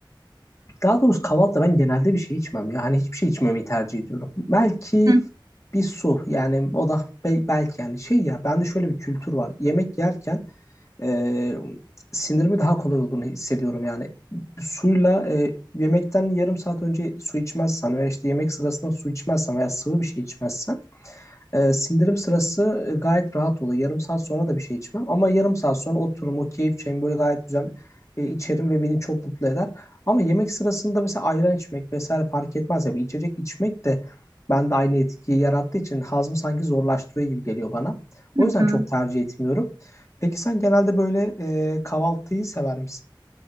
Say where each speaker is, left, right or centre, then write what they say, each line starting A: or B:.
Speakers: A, on the left (about 35°); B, on the right (about 45°).
A: daha doğrusu kahvaltıda ben genelde bir şey içmem ya. Hani hiçbir şey içmemeyi tercih ediyorum. Belki
B: Hı
A: bir su yani o da be- belki yani şey ya bende şöyle bir kültür var. Yemek yerken e, sinirimi daha kolay olduğunu hissediyorum yani. Suyla e, yemekten yarım saat önce su içmezsen veya işte yemek sırasında su içmezsen veya sıvı bir şey içmezsen ee, sindirim sırası e, gayet rahat oluyor. Yarım saat sonra da bir şey içmem. Ama yarım saat sonra otururum o keyif çayımı böyle gayet güzel e, içerim ve beni çok mutlu eder. Ama yemek sırasında mesela ayran içmek vesaire fark etmez ya. Bir içecek içmek de bende aynı etkiyi yarattığı için hazmı sanki zorlaştırıyor gibi geliyor bana. O
B: hı
A: yüzden
B: hı.
A: çok tercih etmiyorum. Peki sen genelde böyle e, kahvaltıyı sever misin?